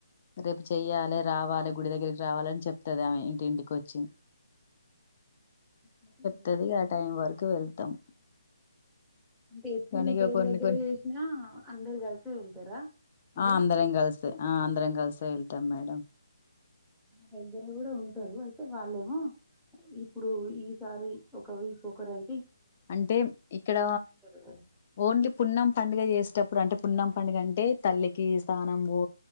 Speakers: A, on the left; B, in the centre.
A: రేపు చెయ్యాలే రావాలి గుడి దగ్గరికి రావాలని చెప్తంది ఆమె ఇంటింటికి వచ్చి
B: మీరు
A: తెది
B: వెళ్తారా
A: ఆ టైం వరకు వెళ్తాం
B: అంటే ఎప్పుడు
A: కానీ ఇక
B: దేవుడి
A: కొన్ని
B: దగ్గర
A: కొన్ని
B: చేసినా అందరు కలితే వెళ్తారా మీరు
A: ఆ అందరం కలిసే ఆ అందరం కలిసే వెళ్తాం మేడం
B: నా దగ్గర కూడా ఉంటారు అయితే వాళ్ళేమో ఇప్పుడు ఈసారి ఒక వీక్ ఒకరై
A: అంటే ఇక్కడ
B: కదా
A: ఓన్లీ పున్నం పండుగ చేసేటప్పుడు అంటే పున్నం పండుగంటే తల్లికి స్థానం పో